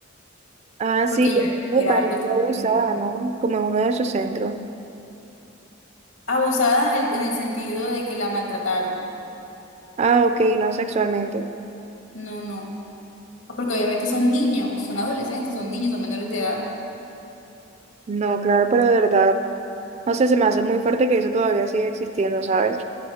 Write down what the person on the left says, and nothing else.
porque
ya
era
algo terrible.
Abusada en el, en el sentido de que la maltrataron.
No, no. Porque obviamente son niños, son adolescentes, son niños, son menores de edad.